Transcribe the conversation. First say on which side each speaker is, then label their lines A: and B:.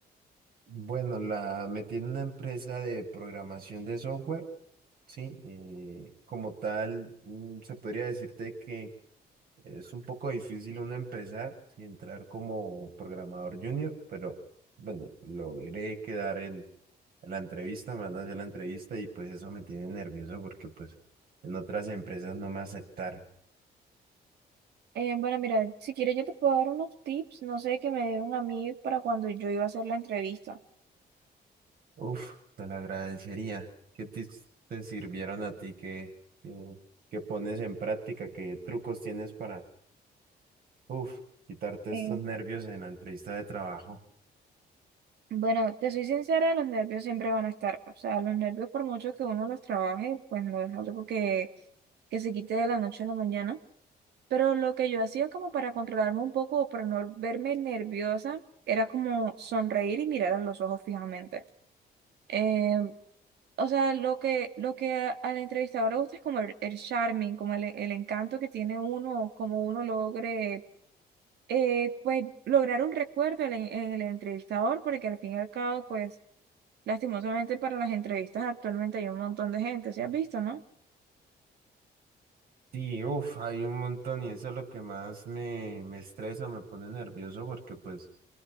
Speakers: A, on the right; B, on the right.
A: Bueno, la metí en una empresa de programación de software, sí, eh, como tal, mm, se podría decirte que es un poco difícil uno empezar, sí, entrar como programador junior, pero bueno, logré quedar en la entrevista, me van a hacer la entrevista y pues eso me tiene nervioso porque pues en otras empresas no me aceptaron.
B: Eh, bueno, mira, si quieres yo te puedo dar unos tips, no sé, que me dieron a mí para cuando yo iba a hacer la entrevista.
A: Uf, te lo agradecería. ¿Qué tips te sirvieron a ti? ¿Qué, qué, qué pones en práctica? ¿Qué trucos tienes para, uf, quitarte estos
B: Eh,
A: nervios en la entrevista de trabajo?
B: bueno, te soy sincera, los nervios siempre van a estar. O sea, los nervios por mucho que uno los trabaje, pues no es algo que, que se quite de la noche a la mañana. Pero lo que yo hacía como para controlarme un poco o para no verme nerviosa era como sonreír y mirar a los ojos fijamente. Eh, o sea, lo que, lo que a- al entrevistador le gusta es como el, el charming, como el, el encanto que tiene uno, como uno logre, eh, pues, lograr un recuerdo en, en el entrevistador, porque al fin y al cabo, pues, lastimosamente para las entrevistas actualmente hay un montón de gente, ¿se has visto, no?
A: Sí, uf, hay un montón y eso es lo que más me, me estresa, me pone nervioso porque pues,